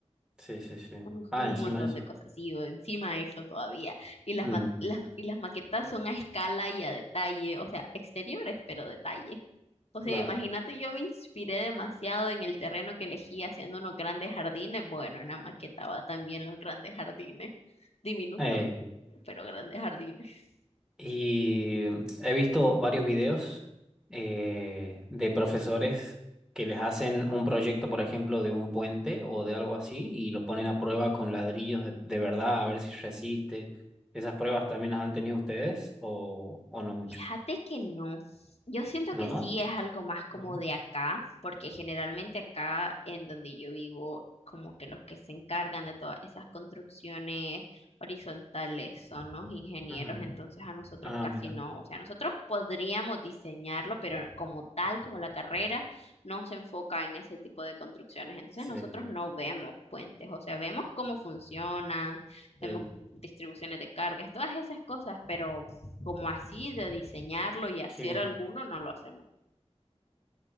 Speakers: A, in the centre; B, on the left (about 60°).
A: Sí, sí, sí.
B: Uf,
A: Ah,
B: un
A: encima
B: montón
A: de eso.
B: de cosas, y o encima de eso todavía. Y las,
A: Mm,
B: ma- las, y las maquetas son a escala y a detalle, o sea, exteriores, pero detalle. O sea,
A: claro.
B: imagínate, yo me inspiré demasiado en el terreno que elegí haciendo unos grandes jardines. Bueno, en la maqueta va también los grandes jardines, diminutos,
A: Ey.
B: pero grandes jardines.
A: Y he visto varios videos eh, de profesores que les hacen un proyecto, por ejemplo, de un puente o de algo así, y lo ponen a prueba con ladrillos de, de verdad, a ver si resiste. ¿Esas pruebas también las han tenido ustedes o, o no mucho?
B: Fíjate que no. Yo siento
A: ¿No?
B: que sí es algo más como
A: No.
B: de acá, porque generalmente acá en donde yo vivo, como que los que se encargan de todas esas construcciones horizontales son los ingenieros,
A: Ujú.
B: entonces a nosotros
A: Ah,
B: casi
A: mira.
B: no. O sea, nosotros podríamos diseñarlo, pero como tal, como la carrera, no se enfoca en ese tipo de construcciones. Entonces nosotros
A: Sí,
B: no vemos puentes, o sea, vemos cómo funcionan, vemos
A: sí.
B: distribuciones de cargas, todas esas cosas, pero como así de diseñarlo y hacer
A: Qué bien.
B: alguno, no lo hacemos.